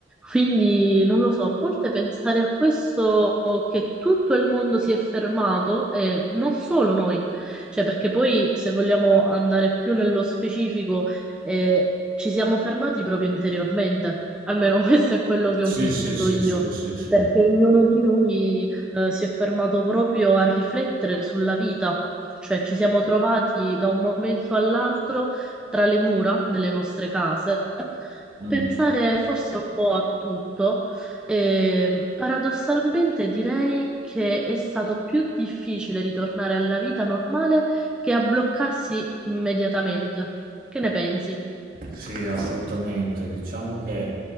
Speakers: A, in the centre; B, on the right (about 50°).
A: Quindi non lo so, a volte pensare a questo che tutto il mondo si è fermato e non solo noi, cioè perché poi se vogliamo andare più nello specifico eh, ci siamo fermati proprio interiormente, almeno <laughs> questo è quello che
B: Sì,
A: ho vissuto
B: sì, sì,
A: io.
B: sì, sì, sì.
A: Perché ognuno di noi eh, si è fermato proprio a riflettere sulla vita, cioè ci siamo trovati da un momento all'altro tra le mura delle nostre case, a
B: Mm.
A: pensare forse un po' a tutto. E, paradossalmente direi che è stato più difficile ritornare alla vita normale che a bloccarsi immediatamente. Che ne pensi?
B: Sì, assolutamente. Diciamo che,